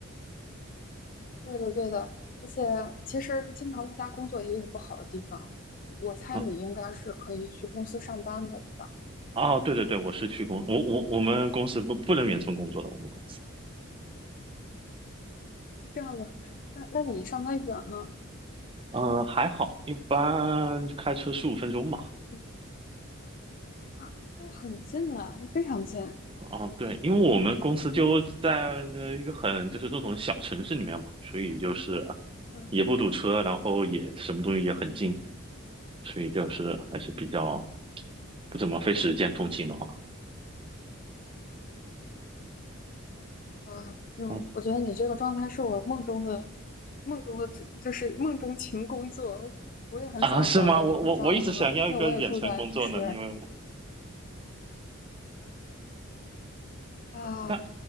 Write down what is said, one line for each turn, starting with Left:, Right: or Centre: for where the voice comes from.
Left: 对的对的，而且其实经常在家工作也有不好的地方，我猜你应该是可以去公司上班的，
Right: 嗯。
Left: 对吧？
Right: 哦，对对对，我是去公，我我我们公司不不能远程工作的，我们公司，
Left: 这样子，那那你上班远吗？
Right: 嗯、还好，一般就开车十五分钟吧。
Left: 嗯啊，那很近了，非常近。
Right: 啊，对，因为我们公司就在那一个很就是这种小城市里面嘛，所以就是
Left: 嗯
Right: 也不堵车，然后也什么东西也很近，所以就是还是比较不怎么费时间通勤的话，
Left: 啊，就我觉得你这个状态是我梦中的
Right: 嗯
Left: 梦中的，就是梦中情工作。我也很想找到一份这样的工作，
Right: 啊，是吗？我我我一直想要一个远程工作呢，
Left: 因为我也住在就是
Right: 因为我
Left: 啊，
Right: 那